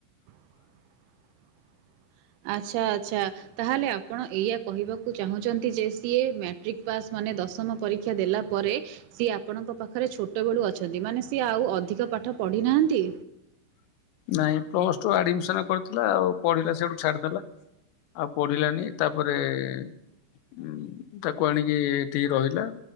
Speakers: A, on the right; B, on the left.
A: <inaudible> ଆଚ୍ଛା, ଆଚ୍ଛା, ତାହେଲେ ଆପଣ ଏଇଆ କହିବାକୁ ଚାହୁଁଛନ୍ତି ଯେ, ସିଏ ମାଟ୍ରିକ୍ ପାସ୍ ମାନେ ଦଶମ ପରୀକ୍ଷା ଦେଲା ପରେ ସିଏ ଆପଣ ଙ୍କ ପାଖରେ ଛୋଟବେଳୁ ଅଛନ୍ତି। ମାନେ ସିଏ, ଆଉ ଅଧିକ ପାଠ ପଢି ନାହାଁନ୍ତି?
B: ନାଇଁ ପ୍ଲସ ଟୁ ଆଡମିଶନ୍ କରିଥିଲା ଆଉ ପଢିଲା ସେଠୁ ଛାଡିଦେଲା। ଆଉ, ପଢିଲାନି ତା'ପରେ-ଏ-ଏ ଉଁ, ତାକୁ ଆଣିକି ଏଠି ରହିଲା।